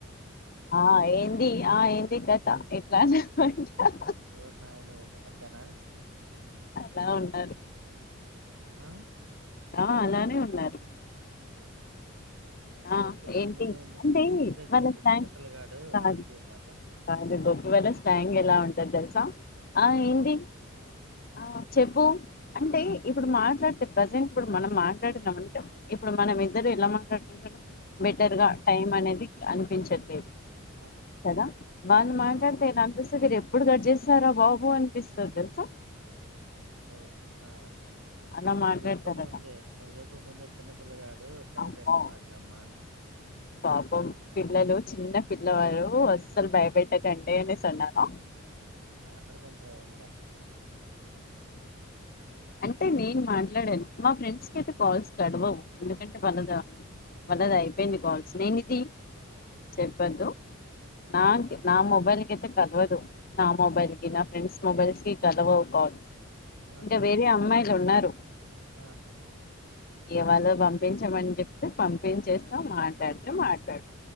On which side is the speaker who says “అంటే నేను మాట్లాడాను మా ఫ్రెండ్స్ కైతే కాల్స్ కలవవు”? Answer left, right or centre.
Left